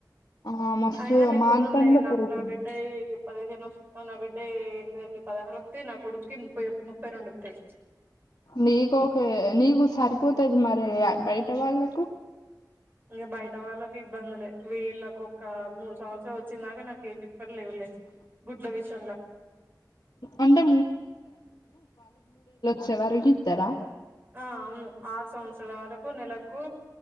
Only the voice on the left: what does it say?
ఆ మస్తు
అమాంతంగా
పెరుగుతుంది
నీకు ఓకే నీకు సరిపోతది మరి బయట వాళ్ళకు
అంటే చే వరకు ఇత్తరా